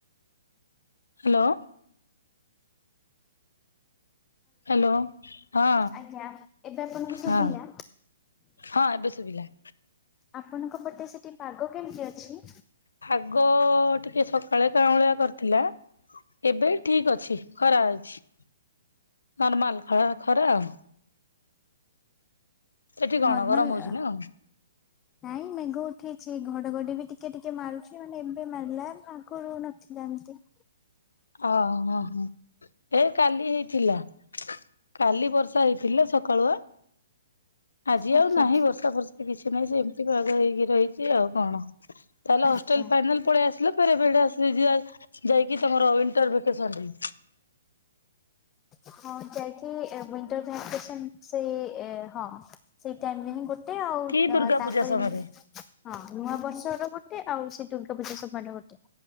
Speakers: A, on the left (about 85°); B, on the left (about 20°).
A: ହ୍ୟାଲୋ। ହ୍ୟାଲୋ। ହଁ।
B: ଆଜ୍ଞା ଏବେ ଆପଣଙ୍କୁ ଶୁଭିଲା?
A: ହଁ। ହଁ ଏବେ ଶୁଭିଲା।
B: ଆପଣଙ୍କ ପଟେ ସେଠି ପାଗ କେମିତି ଅଛି?
A: ପାଗ ଟିକେ ସକାଳେ କାଁଉଳିଆ କରିଥିଲା। ଏବେ ଠିକ ଅଛି, ଖରା ଅଛି। ନର୍ମାଲ ଖଳା ଖରା ଆଉ। ସେଠି କଣ
B: ନର୍ମାଲ
A: ଗରମ ହଉଛି
B: ଆ
A: ନା କଣ
B: ନାଇଁ ମେଘ ଉଠେଇଛି। ଘଡଘଡି ବି ଟିକେ ଟିକେ ମାରୁଛି, ମାନେ ଏବେ ମାରିଲା ଆଗରୁ ନଥିଲା ଏମିତି।
A: ଓହ ହୋ। ଏ କାଲି ହେଇଥିଲା, କାଲି ବର୍ଷା ହେଇଥିଲା ସ ଆଜି
B: ଆଜ୍ଞା
A: ଆଉ ନାହିଁ ବର୍ଷା ଫର୍ଷା। କିଛି ନାହିଁ ସେମିତି ପାଗ ହେଇକି ରହିଚି ଆଉ କଣ, ତାହେଲେ
B: ଆଜ୍ଞା
A: ହଷ୍ଟେଲ ଫାଇନାଲ ପଳେଇ ଆସିଲେ ଫେରେ ଏବେ ସେଡୁ ଆସିଲେ ଯିଆ, ଯାଇକି ତମର ଇଣ୍ଟରଭେକେସନରେ।
B: ହଁ ଯାଇକି ଇଣ୍ଟରଭାକେସନ ସେଇ ହଁ। ସେଇ ଟାଇମ୍ ରେ ହିଁ ଗୋ ଆଉ
A: କି
B: ତା
A: ଦୁର୍ଗା
B: ତାପରେ
A: ପୂଜା ସମୟରେ
B: ନି ହଁ। ନୂଆ ବର୍ଷର ଗୋଟେ ଆଉ ସେ ଦୁର୍ଗା ପଜା ସମୟର ଗୋଟେ।